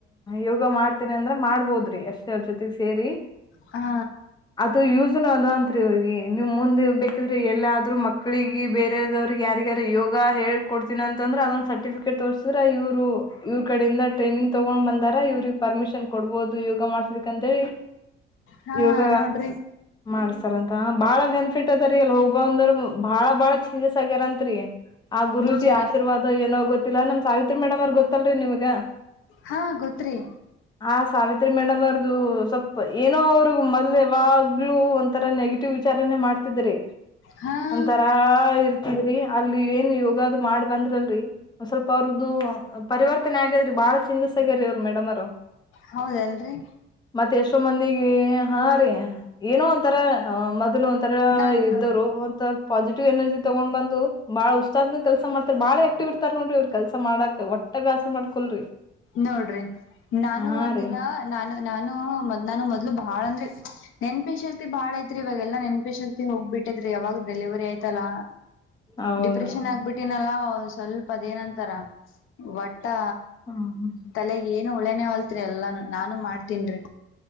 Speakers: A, on the left (about 20°); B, on the left (about 70°).
A: ಯೋಗ ಮಾಡ್ತೀನಿ ಅಂದ್ರ ಮಾಡ್ಬೋದ್ರಿ ಅಷ್ಟ. ಅವ್ರ ಜೊತೆಗೆ ಸೇರಿ
B: ಹಾ.
A: ಅದು ಯೂಸ್ನು ಅದ ಅಂತ್ರಿ ಇವ್ರಿಗೆ ನೀವ್ ಮುಂದೆ ಬೇಕಿದ್ರೆ ಎಲ್ಲಾದ್ರರು ಮಕ್ಳಿಗೆ ಬೇರೆದವ್ರಿಗೆ ಯಾರಿಗಾರು ಯೋಗ ಹೇಳ್ ಕೊಡ್ತೀನಿ ಅಂದ್ರ ಅದ್ ಸರ್ಟಿಫಿಕೇಟ್ ತೋರ್ ಅಂದ್ರ ಇವ್ರು ಇವ್ರ ಕಡೆಯಿಂದ ಟ್ರೈನಿಂಗ್ ತೊಗೊಂಡ್ ಬಂದಾರ ಇವ್ರಿಗ ಪರ್ಮಿಶನ್ ಕೊಡ್ಬಹುದು ಯೋಗ ಮಾಡ್ ಇಲ್ಲಿಕಂದ್ರೆ
B: ಹಾ
A: ಯೋಗ
B: ನೋಡ್ರಿ
A: ಮಾಡ್ಸರ ಅಂತ ಬಾಳ ಬೆನಿಫಿಟ್ ಅದಾರೀ ಅಲ್ಲಿ ಹೋಗ್ಬಂದ ಬಾಳ ಬಾಳ ಚೇಂಜಸ್ ಆಗ್ಯಾರಂತ್ರಿ. ಆ ಗುರುಜಿ
B: ನಿಜ ರೀ
A: ಆಶೀರ್ವಾದ ಏನೋ ಗೊತ್ತಿಲ್ಲ ನಮ್ ಸಾವಿತ್ರಿ ಮೇಡಮ್ ಅವರ್ ಗೊತ್ತಲ್ರಿ ನಿಮ್ಗ?
B: ಹಾ ಗೊತ್ರಿ.
A: ಆ ಸಾವಿತ್ರಿ ಮೇಡಮ್ ಅವರ್ದು ಸ್ವಲ್ಪ ಏನೋ ಅವ್ರ ಮೊದ್ಲ ಯಾವಾಗ್ಲೂ ಒಂಥರ ನೆಗೆ ಟಿವ ವಿಚಾರನೆ ಮಾಡ್ತಿದ್ರಿ.
B: ಹಾ
A: ಒಂತರಾ ಇರ್ತದ್ರಿ ಅಲ್ಲಿ ಏನ್ ಯೋಗಾದು ಮಾಡ್ ಬಂದ್ರ ಅಲ್ರಿ ಒಂದ್ ಸ್ವಲ್ಪ ಅವ್ರದ್ದು ಪರಿವರ್ತನೆ ಆಗ್ಯಾದ್ರಿ ಬಹಳ ಚೇಂಜಸ್ ಆಗ್ಯಾರೀ ಅವ್ರ ಮೇಡಮ್ಮೊರು.
B: ಹೌದ ಅಲ್ರಿ.
A: ಮತ್ತ ಎಷ್ಟೋ ಮಂದಿಗಿ ಹಾ ರೀ ಏನೋ ಒಂತರ ಅ ಮೊದ್ಲ ಓನ್ ತರ
B: ನಾನು
A: ಇದ್ದೋರು ಸ್ವಲ್ಪ್ ಪಾಸಿಟಿವ್ ಎನರ್ಜಿ ತಗೊಂಡ ಬಂದು ಬಾಳ ಉತ್ಸಾಹದಿಂದ ಕೆಲಸ ಮಾಡ್ತಾರ ಬಾಳ ಆಕ್ಟಿವ್ ಇರ್ತಾರ ನೋಡ್ರಿ ಇವ್ರು ಕೆಲ್ಸ ಮಾಡಕ್ ಒಟ್ಟ ಬ್ಯಾಸರ ಮಾಡ್ಕೊಲ್ರಿ.
B: ನೋಡ್ರಿ ನಾನು
A: ಹಾ
B: ಒಂದಿನ
A: ರೀ
B: ನಾನು ನಾನು ಮದ್ ನಾನು ಮೊದ್ಲು ಭಾಳ ಅಂದ್ರೆ ನೆನಪಿನ್ ಶಕ್ತಿ ಬಾಳ ಐತ್ರಿ ಇವಾಗೆಲ್ಲಾ ನೆನಪಿ ಶಕ್ತಿ ಹೋಗ್ಬಿಟ್ಟದ್ರಿ ಯಾವಾಗ ಡೆಲಿವರಿ ಆಯ್ತಲ್ಲಾ
A: ಹೌದ್ರಿ
B: ಡಿಪ್ರೆಷನ್ ಆಗ್ಬಿಟ್ಟಿನಲ್ಲ ಸ್ವಲ್ಪ ಅದೇನಂತಾರ ಒಟ್ಟಾ
A: ಹ್ಮ್ ಹ್ಮ್
B: ತಲೆಗ ಏನು ಉಳ್ಯನೇ ವಲ್ತ್ರಿ ಎಲ್ಲಾನು ನಾನು ಮಾಡ್ತಿನ್ರಿ.